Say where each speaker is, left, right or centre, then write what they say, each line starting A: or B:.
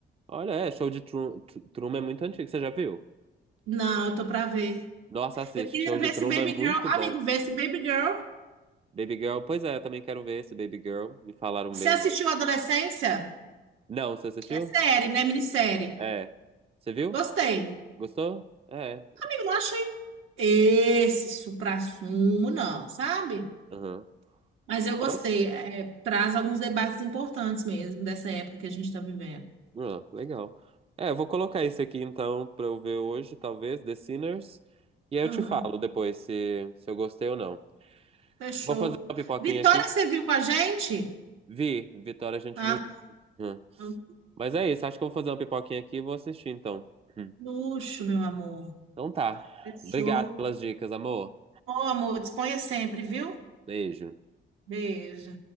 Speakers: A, on the right; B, on the right.
A: Olha, é, Show de Tru- Tru- Truman é muito antigo, você já viu?
B: Não, eu tô pra ver.
A: Nossa, assiste,
B: Eu queria
A: Show de
B: ver esse
A: Truman
B: Baby
A: é muito
B: Girl.
A: bom.
B: Amigo, ver esse Baby Girl.
A: Baby Girl, pois é, eu também quero ver esse Baby Girl, me falaram
B: Você
A: bem
B: assistiu
A: dele.
B: Adolescência?
A: Não, você assistiu?
B: É série, né? Minissérie.
A: É. Você viu?
B: Gostei.
A: Gostou? É.
B: Amigo, não achei esse suprassumo, não, sabe?
A: Aham.
B: Mas eu gostei.
A: Nossa,
B: É, traz alguns debates importantes mesmo dessa época que a gente está vivendo.
A: Ah, legal. É, eu vou colocar isso aqui então pra eu ver hoje, talvez, The Sinners. E aí
B: Ah,
A: eu te falo depois se, se eu gostei ou não.
B: fechou.
A: Vou fazer uma pipoquinha
B: Vitória,
A: aqui.
B: você viu com a gente?
A: Vi, Vitória a gente
B: Ah,
A: viu junto. Hum.
B: é um
A: Mas é isso, acho que eu vou fazer uma pipoquinha aqui e vou assistir então. Hum.
B: luxo, meu amor.
A: Então tá.
B: Fechou.
A: Obrigado pelas dicas, amor.
B: Ô, amor, disponha sempre, viu?
A: Beijo.
B: Beijo.